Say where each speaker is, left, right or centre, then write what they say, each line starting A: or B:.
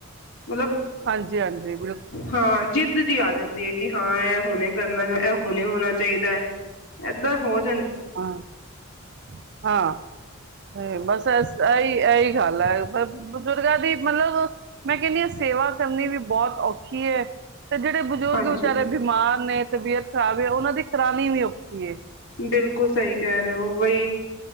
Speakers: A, on the left; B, on the right.
A: ਮਤਲਬ
B: ਹਾਂਜੀ-ਹਾਂਜੀ, ਬਿਲ
A: ਹਾਂ ਜਿੱਦ ਜੀ ਆ ਜਾਂਦੀ ਏ, ਕਿ ਹਾਂ ਐ ਹੁਣੇ ਕਰਨੈ ਐ ਹੁਣੇ ਹੋਣਾ ਚਾਹੀਦੈ, ਏਦਾਂ ਹੋਰ
B: ਹਾਂ-ਹਾਂ, ਬਸ ਏਸ ਸਈ ਐਹੀ ਗੱਲ ਹੈ, ਪਰ ਬਜ਼ੁਰਗਾਂ ਦੀ ਮਤਲਬ ਮੈਂ ਕੈੰਦੀ ਆਂ ਸੇਵਾ ਕਰਨੀ ਵੀ ਬੌਤ ਔਖੀ ਏ, ਤੇ ਜੇੜੇ ਬਜ਼ੁਰਗ
A: ਹਾਂਜੀ
B: ਵਿਚਾਰੇ ਬਿਮਾਰ ਨੇ ਤਬੀਅਤ ਖਰਾਬ ਏ ਓਨਾਂ ਦੀ ਕਰਾਣੀ ਵੀ ਔਖੀ ਏ।
A: ਬਿਲ ਬਿਲਕੁਲ ਸਹੀ ਕੈ ਰੇਔ, ਵਈ